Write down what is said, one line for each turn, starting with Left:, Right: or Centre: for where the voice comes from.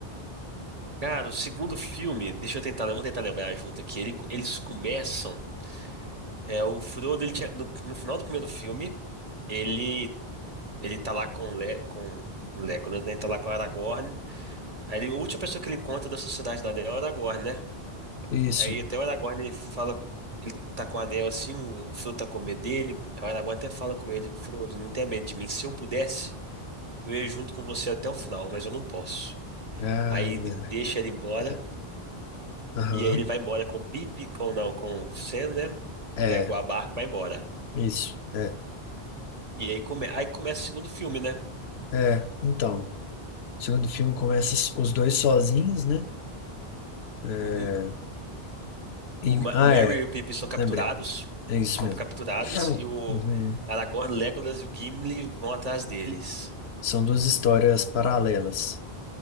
Right: Cara, o segundo filme, deixa eu tentar, vamos tentar lembrar junto aqui. Ele- eles começam, é o Frodo, ele tinha- no, no final do primeiro filme, ele ele tá lá com o Le, com o Legolas, né? Ele tá lá com o Aragorn. Aí ele- a última pessoa que ele encontra da Sociedade do Anel é o Aragorn, né?
Left: Isso.
Right: Aí até o Aragorn fala, ele tá com o anel assim, o o Frodo tá com medo dele. Aí o Aragorn até fala com ele, Frodo, não tenha medo de mim. Se eu pudesse, eu ia junto com você até o final, mas eu não posso.
Left: Ah,
Right: Aí
Left: é verdade.
Right: deixa ele embora,
Left: É. Aham.
Right: e aí ele vai embora com o Pipe, com não, com o Sam, né?
Left: É,
Right: Pega o barca e vai embora.
Left: isso. É.
Right: E aí, come, aí começa o segundo filme, né?
Left: É, então. O segundo filme começa s- os dois sozinhos, né? É,
Right: Uhum.
Left: e-
Right: O, Ma-
Left: ah,
Right: o Merry
Left: é.
Right: e o Pipe são capturados,
Left: Lembrei. É isso
Right: são
Left: mesmo.
Right: capturados, e o
Left: Uhum.
Right: Aragorn, Legolas e o Gimli vão atrás deles.
Left: São duas histórias paralelas.